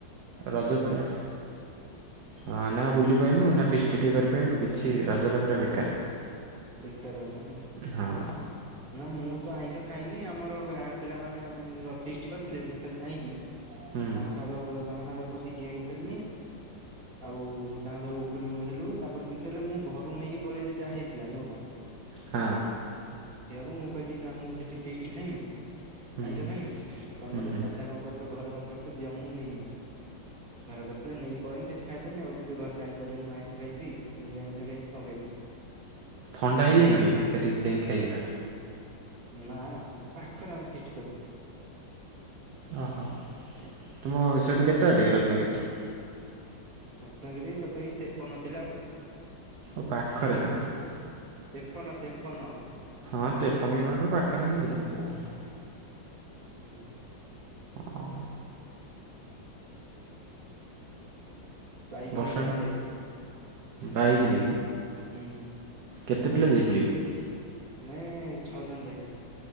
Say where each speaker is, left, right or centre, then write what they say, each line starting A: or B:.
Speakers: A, on the right (about 60°); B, on the right (about 45°).
A: ରଜ ପରା। ହଁ ନା ବୁଲିପାଇନୁ ନା ଫିଷ୍ଟି ଟିକେ କରିପାଇନୁ କିଛି ରଜଟା ପୁରା ବେକାର।
B: ବେକାର ଗଲା ନାଇଁ।
A: ହଁ।
B: ନା ମୁଁ ତ ଆଇଁଷ ଖାଇନି ଆମର ଗାଁ ପିଲାମାନେ ଅ ଫିଷ୍ଟି କରିଥିଲେ ମୁଁ ଖାଲି ଯାଇଁକି।
A: ହୁଁ
B: ତାଙ୍କ ସାଙ୍ଗ ତାଙ୍କ ସାଙ୍ଗରେ ବସିିକ ଗେମ୍ ଖେଳିଲି। ଆଉ ମୁଁ ତାଙ୍କ ସହ ଉଗୁରୀ ମୁଗୁରି ହେଲୁ ତାପରେ କିନ୍ତୁ ହେଲେ ମୁଁ ଘରୁକୁ ନେଇକି ପଳେଇଲି ଯାହା ହେ ଥିଲା ମୋ ପାଇଁ ସେଇଆକୁ
A: ହଁ
B: ମୁଁ କହିଲି ନା ମୁଁ ସେଠି ଫିସ୍ଟି ଖାଇମି।
A: ହୁଁ
B: ଆଇଁଷ ଖାଇମି ତମ
A: ହୁଁ
B: ମତେ
A: ହୁଁ
B: ସାଧା କଣ କରିଛ ଘରେ କଣ କରିଛ ଦିଅ ମୁଁ ନେଇକି ଯିବି। ଘରେ କରିଥିଲେ ନେଇକି ପଳେଇନି ସେଠି ଖାଇଦେନି ଆଉ କିନ୍ତୁ ଘରେ ଜାଣିପାରିଲେନି ମୁଁ ଆଇଁଷ ଖାଇଛି ନିରାମିଷ ଖାଇଛି କଣ ଖାଇଛି।
A: ଥଣ୍ଡା ହେଇଯାଇନଥିଲା ସେଠିକି ଯାଇକି ଖାଇଲା?
B: ଉଁ ନା ପାଖରେ ଆମେ ଫିଷ୍ଟ କରୁଥୁଲ।
A: ଓ ହୋ ତୁମ ସେଇଠୁ କେତେ ବାଟ କି ରତ୍ନଗିରି ଟା?
B: ରତ୍ନଗିରି ତଥାପି ତେପନ ଥିଲା ପା।
A: ଓ ପାଖରେ ତାମାନେ।
B: ତେପନ ତେପନ।
A: ହଁ ତେପନ କିଲୋମିଟର ପାଖରେ ନୁହେ କି ଆଉ କଣ?
B: ହୁଁ।
A: ହଁ।
B: ବାଇକ୍
A: ବର୍ଷା
B: ନେଇକି ଆମେ ଯାଇଥିଲୁ
A: ବାଇକ ନେଇକି।
B: ହୁଁ।
A: କେତେ ପିଲା ଯାଇଥିଲେ କି?
B: ଆମେ ଛଅ ଜଣ ଯାଇଥିଲୁ।